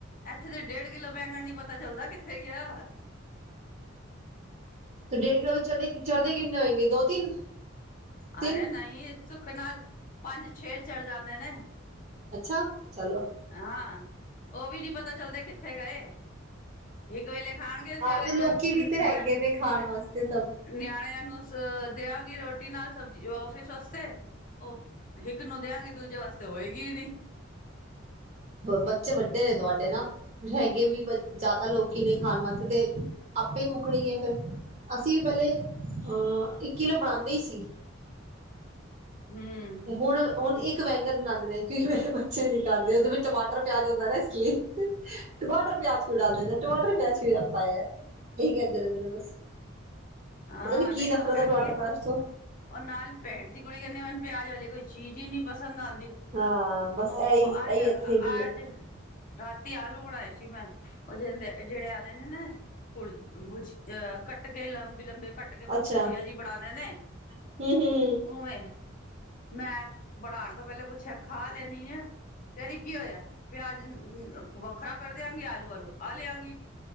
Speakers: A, on the left (about 40°); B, on the right (about 35°).
A: ਇੱਥੇ ਤੇ ਡੇਢ ਕਿਲੋ ਬੈਂਗਣ ਨੀ ਪਤਾ ਚੱਲਦਾ ਕਿੱਥੇ ਗਿਆ।
B: ਡੇਢ ਕਿਲੋ <unintelligible> ਕਿੰਨੇ ਹੋਏਗੇ ਦੋ ਤਿੰਨ ਤਿੰਨ
A: ਅਰੇ ਨਹੀਂ ਸੁੱਖ ਨਾਲ ਪੰਜ ਛੇ ਚੜ ਜਾਂਦੇ ਨੇ
B: ਅੱਛਾ ਚਲੋ।
A: ਹਾਂ ਉਹ ਵੀ ਨੀ ਪਤਾ ਚੱਲਦਾ ਕਿੱਥੇ ਗਏ। ਇੱਕ ਵੇਲੇ ਖਾਣਗੇ ਸਵੇਰੇ
B: ਹਾਂ ਤੇ
A: ਜਿਵੇਂ
B: ਲੋਕੀ ਵੀ ਤੇ ਹੈਗੇ ਨੇ ਖਾਣ
A: <unintelligible>
B: ਵਾਸਤੇ ਸਭ
A: ਨਿਆਣਿਆਂ ਨੂੰ ਦੇਵਗੀ ਰੋਟੀ ਨਾਲ ਸਬਜ਼ੀ ਆਫਿਸ ਵਾਸਤੇ, ਉਹ ਇੱਕ ਨੂੰ ਦਿਆਂਗੀ ਦੂਜੇ ਵਾਸਤੇ ਹੋਏਗੀ ਨੀ
B: ਬੱਚੇ ਵੱਡੇ ਨੇ ਤੁਹਾਡੇ ਨਾ ਹੈਗੇ ਵੀ ਜ਼ਿਆਦਾ ਲੋਕੀ ਨੇ ਖਾਣ ਵਾਸਤੇ ਤੇ ਆਪੇ ਹੀ ਮੁੱਕਣੀ ਹੈ ਫਿਰ ਅਸੀਂ ਪਹਿਲੇ ਅਹ ਇੱਕ ਕਿਲੋ ਬਣਾਉਂਦੇ ਹੀ ਸੀ।
A: ਹੂ,,,
B: ਤੇ ਹੁਣ ਹੁਣ ਇੱਕ ਬੈਂਗਨ ਬਣਾਉਂਦੇ ਨੇ ਕਿਉਂਕਿ ਮਰੇ ਬੱਚੇ ਨੀ ਖਾਂਦੇ ਉਹਦੇ ਵਿੱਚ ਟਮਾਟਰ ਪਿਆਜ ਹੁੰਦਾ ਨਾ ਇਸ ਲਈ ਟਮਾਟਰ ਪਿਆਜ ਕਿਉਂ ਡਾਲ ਦਿੰਦਾ ਟਮਾਟਰ ਪਿਆਜ ਕਿਉਂ ਪਾਇਆ ਇਹੀ ਕਹਿੰਦੇ ਰਹਿੰਦੇ ਨੇ ਬਸ
A: ਹਾਂ
B: ਪਤਾ ਨੀ ਕੀ
A: ਨਹੀਂ
B: ਨਫ਼ਰਤ
A: ਉਹ ਕਹਿੰਦੀ
B: ਦਾ ਟਮਾਟਰ
A: ਹੈ
B: ਪਿਆਜ਼ ਤੋਂ
A: ਉਹ ਨਾਲ ਭੈਣ ਦੀ ਕੁੜੀ ਅੰਨੇ ਵੱਲ ਪਿਆਜ ਵਾਲੀ ਕੋਈ ਚੀਜ਼ ਹੀ ਨਹੀਂ ਪਸੰਦ ਆਉਂਦੀ
B: ਹਾਂ ਬਸ ਇਹੀ
A: ਉਹ ਅੱਜ
B: ਇਹੀ
A: ਅੱਜ
B: ਇੱਥੇ ਵੀ ਹੈ
A: ਰਾਤੀ ਆਲੂ ਬਣਾਏ ਸੀ ਮੈਂ ਉਹ ਜਹਿੰਦੇ ਜਿਹੜੇ ਆਦੇ ਨੇ ਨਾ ਪੁੱਲ ਬਛ ਅਹ ਕਟ ਕੇ ਲੰਬੇ ਲੰਬੇ ਕੱਟ ਕੇ
B: ਅੱਛਾ
A: ਬੂਜੀਆ ਜੀ ਬਣਾਣੇ ਨੇ
B: ਹਮ ਹਮ ਹਮ
A: ਉਵੇਂ ਮੈਂ ਬਣਾਉਣ ਤੋਂ ਪਹਿਲੇ ਪੁੱਛਿਆ ਖਾ ਲੈਣੀ ਆ। ਕਹਿ ਰਹੀ ਕੀ ਹੋਇਆ ਪਿਆਜ ਵੱਖਰਾ, ਕਰ ਦਿਆਂਗੇ ਆਲੂ-ਆਲੂ ਖਾ ਲਿਆਂਗੀ।